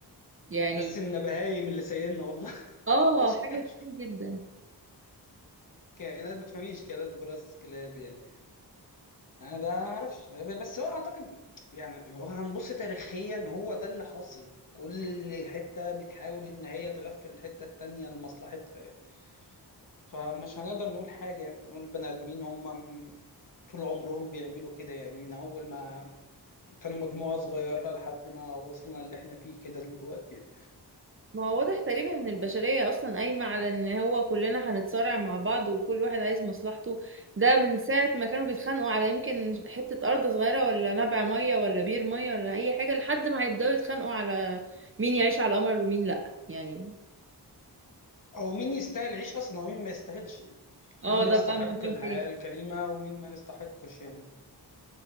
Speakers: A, on the right (about 30°); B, on the left (about 50°).
A: يعني
B: تحس ان بهايم اللي سايقنا والله <laughs>
A: اه
B: مش
A: حاجه
B: عارف
A: كتير جدا
B: كائنات ما تفهميش كائنات براس كلاب يعني انا ده ما اعرفش بس هو اعتقد يعني هو هنبص تاريخيا هو ده اللي حاصل كل حته بتحاول ان هي تغفل الحته التانيه لمصلحتها يعني فمش هنقدر نقول حاجه يعني نقول البني ادمين هم م- طول عمرهم بيعملوا كده يعني من اول ما كانوا مجموعه صغيره لحد ما وصلنا اللي احنا فيه كده دلوقتي يعني.
A: ما هو واضح تقريبا ان البشرية اصلا قايمة على ان هو كلنا هنتصارع مع بعض وكل واحد عايز مصلحته ده من ساعة ما كانوا بيتخانقوا على يمكن حتة ارض صغيرة ولا نبع مية ولا بير مية ولا اي حاجة لحد ما هيبدأوا يتخانقوا على مين يعيش على القمر ومين لا يعني
B: او مين يستاهل يعيش اصلا ومين ما يستاهلش يعني
A: اه
B: مين يستحق
A: ده بقى موضوع
B: الحياه
A: تاني
B: الكريمه ومين ما يستحقش يعني